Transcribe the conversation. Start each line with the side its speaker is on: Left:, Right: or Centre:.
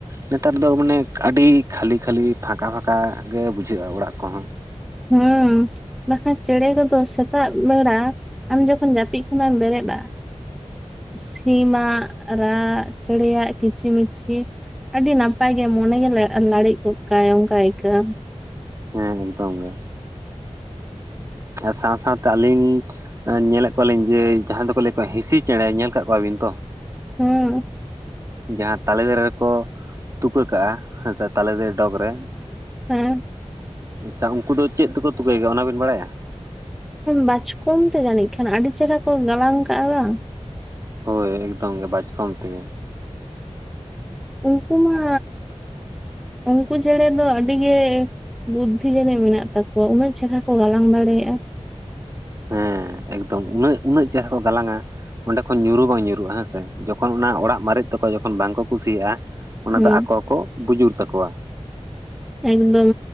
Right: ᱱᱮᱛᱟᱨ ᱫᱚ ᱢᱟᱱᱮ ᱟᱹᱰᱤ ᱠᱷᱟᱹᱞᱤ ᱠᱷᱟᱹᱞᱤ ᱯᱷᱟᱸᱠᱟ ᱯᱷᱟᱸᱠᱟ ᱜᱮ ᱵᱩᱡᱷᱟᱹᱜ-ᱟ ᱚᱲᱟᱜ ᱠᱚᱦᱚᱸ᱾
Centre: ᱦᱩᱸ᱾ ᱵᱟᱠᱷᱟᱱ ᱪᱮᱬᱮ ᱠᱚᱫᱚ ᱥᱮᱛᱟᱜ ᱵᱮᱲᱟ ᱟᱢ ᱡᱚᱠᱷᱚᱱ ᱡᱟᱹᱯᱤᱫ ᱠᱷᱚᱱᱟᱜ ᱮᱢ ᱵᱮᱨᱮᱫ-ᱟ᱾ ᱥᱤᱢᱟᱜ ᱨᱟᱜ, ᱪᱮᱬᱮᱭᱟᱜ ᱠᱤᱪᱤ-ᱢᱤᱪᱤ ᱟᱹᱰᱤ ᱱᱟᱯᱟᱭ ᱜᱮ ᱢᱚᱱᱮ ᱜᱮ ᱞᱟᱬ-ᱞᱟᱲᱤᱡ ᱜᱚᱜ ᱠᱟ-ᱟᱭ ᱚᱱᱠᱟ ᱟᱹᱭᱠᱟᱹᱜᱼᱟ᱾
Right: ᱦᱮᱸ ᱮᱠᱫᱚᱢ ᱜᱮ᱾ ᱟᱨ ᱥᱟᱶ ᱥᱟᱶᱛᱮ ᱟᱹᱞᱤᱧ ᱟᱸ ᱧᱮᱞᱮᱫ ᱠᱚᱣᱟᱞᱤᱧ ᱡᱮ ᱡᱟᱦᱟᱸᱭ ᱫᱚᱠᱚ ᱞᱟᱹᱭ ᱠᱚᱣᱟ ᱦᱸᱥᱤᱤ ᱪᱮᱬᱮ᱾ ᱧᱮᱞ ᱠᱟᱫ ᱠᱚᱣᱟᱵᱤᱱ ᱛᱚ?
Centre: ᱦᱩᱸ᱾
Right: ᱡᱟᱦᱟᱸ ᱛᱟᱞᱮ ᱫᱟᱨᱮ ᱨᱮᱠᱚ ᱛᱩᱠᱟᱹ ᱠᱟᱜᱼᱟ ᱦᱮᱸ ᱥᱮ᱾ ᱛᱟᱞᱮ ᱫᱟᱨᱮ ᱰᱚᱜᱽ ᱨᱮ᱾
Centre: ᱦᱮᱸ᱾
Right: ᱟᱪᱪᱷᱟ ᱩᱱᱠᱩ ᱫᱚ ᱪᱮᱫ ᱛᱮᱠᱚ ᱛᱩᱠᱟᱹᱭ ᱜᱮᱭᱟ ᱚᱱᱟᱵᱤᱱ ᱵᱟᱲᱟᱭᱟ?
Centre: ᱵᱟᱪᱠᱚᱢ ᱛᱮ ᱡᱟᱹᱱᱤᱡ ᱠᱷᱟᱱ ᱟᱹᱰᱤ ᱪᱮᱦᱨᱟ ᱠᱚ ᱜᱟᱞᱟᱝ ᱠᱟᱜᱼᱟ ᱵᱟᱝ᱾
Right: ᱦᱳᱭ ᱮᱠᱫᱚᱢ ᱜᱮ ᱵᱟᱪᱠᱚᱢ ᱛᱮᱜᱮ᱾
Centre: ᱩᱱᱠᱩ ᱢᱟ, ᱩᱱᱠᱩ ᱪᱮᱬᱮ ᱫᱚ ᱟᱹᱰᱤᱜᱮ ᱵᱩᱫᱽᱫᱷᱤ ᱡᱟᱹᱱᱤᱡ ᱢᱮᱱᱟᱜ ᱛᱟᱠᱚᱣᱟ, ᱩᱱᱟᱹᱜ ᱪᱮᱨᱦᱟ ᱠᱚ ᱜᱟᱞᱟᱝ ᱫᱟᱲᱮᱭᱟᱜ-ᱟ᱾
Right: ᱦᱮᱸ ᱮᱠᱫᱚᱢ, ᱩᱱᱟᱹᱜ ᱩᱱᱟᱹᱜ ᱪᱮᱨᱦᱟ ᱠᱚ ᱜᱟᱞᱟᱝᱟ᱾ ᱚᱸᱰᱮ ᱠᱷᱚᱱ ᱧᱩᱨᱩ ᱵᱟᱝ ᱧᱩᱨᱩᱜᱼᱟ ᱦᱮᱸᱥᱮ, ᱡᱚᱠᱷᱚᱱ ᱚᱱᱟ ᱚᱲᱟᱜ ᱢᱟᱨᱮᱜ ᱛᱟᱠᱚᱣᱟ, ᱡᱚᱠᱷᱚᱱ ᱵᱟᱝ ᱠᱚ ᱠᱩᱥᱤᱭᱟᱜᱼᱟ ᱚᱱᱟ
Centre: ᱦᱩᱸ
Right: ᱫᱚ ᱟᱠᱚ ᱠᱚ ᱵᱩᱡᱩᱨ ᱛᱟᱠᱚᱣᱟ᱾
Centre: ᱮᱠᱫᱚᱢ,